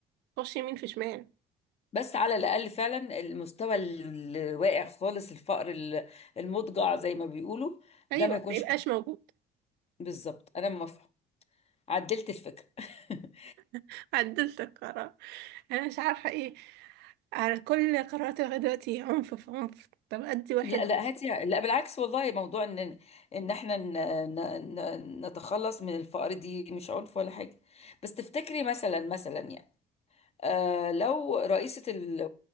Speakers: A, on the right; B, on the left.
A: تخش يمين في شمال
B: بس على الاقل فعلا المستوى ال- الواقع خالص الفقر ال- المضجع زي ما بيقولوا
A: ايوه
B: ده ما يكونش
A: ما يبقاش موجود
B: بالظبط انا موافقه عدلت الفكرة <laughs>
A: <laughs> عدلت القرار انا مش عارفه ايه على كل قرارات لغاية دلوقتي عنف في عنف طب أدي واحد
B: لا لا هاتي لا بالعكس والله موضوع ان ان احنا ن... ن... ن- نتخلص من الفقر دي مش عنف ولا حاجة بس تفتكري مثلا مثلا يعني آه لو رئيسة ال-